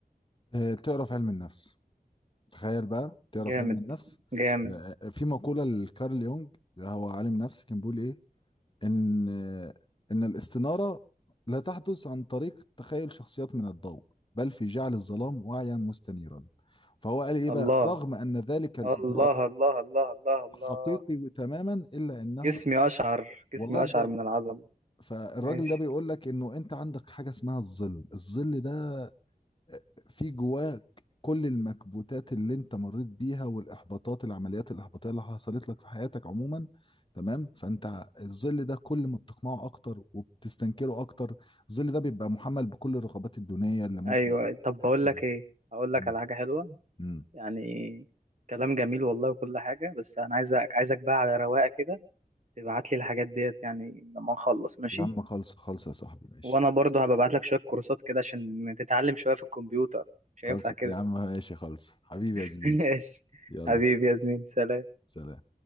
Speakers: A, on the left; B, on the right.
A: آه، تعرف علم النفس تخيل بقى تعرف
B: جامد
A: علم النفس
B: جامد
A: آه، في مقوله لكارل يونج هو عالم نفس كان بيقول ايه إن إن الاستنارة لا تحدث عن طريق تخيل شخصيات من الضوء بل في جعل الظلام واعيا مستنيرا فهو قال إيه
B: الله
A: بقى رغم أن ذلك الإجراء
B: الله الله الله الله الله
A: حقيقي تماما إلا أنه
B: جسمي أشعر جسمي
A: والله بجد
B: أشعر من العظمة
A: فالراجل
B: ماشي
A: ده بيقول لك إنه أنت عندك حاجة اسمها الظل الظل ده في جواك كل المكبوتات اللي انت مريت بيها والاحباطات العمليات الاحباطيه اللي حصلت لك في حياتك عموما تمام فانت الظل ده كل ما بتقمعه اكتر وبتستنكره اكتر الظل ده بيبقى محمل بكل الرغبات الدونيه اللي ممكن
B: أيوة طب بقول
A: تحس
B: لك
A: بيها
B: إيه هقول لك
A: مم.
B: على حاجة حلوة
A: مم.
B: يعني كلام جميل والله وكل حاجة بس أنا عايزك عايزك بقى على رواقة كده تبعت لي الحاجات ديت يعني لما نخلص ماشي
A: يا عم خلص خلص يا صاحبي ماشي
B: وأنا برضو هبقى ابعت لك شوية كورسات كده عشان تتعلم شوية في الكمبيوتر مش
A: خلص
B: هينفع كده
A: يا عم ماشي خلص حبيبي
B: <laughs>
A: يا زميلي
B: ماشي
A: يلا
B: حبيبي
A: سلام
B: يا زميلي سلام
A: سلام